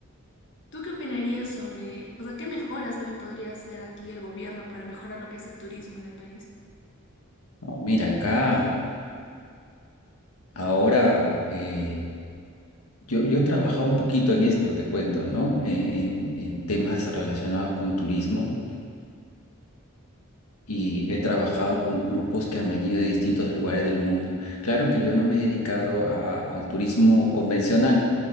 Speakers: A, on the left; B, on the left.
A: ¿Tú qué opinarías sobre, o sea, qué mejoras también podría hacer aquí el gobierno para mejorar lo que es el turismo en el país?
B: No, Mira, acá ahora eh, yo, yo he trabajado un poquito en esto, te cuento, ¿no? Eh, En, en temas relacionados con turismo y he trabajado con grupos que han venido de distintos lugares del mundo. Claro que yo no me he dedicado a- al turismo convencional,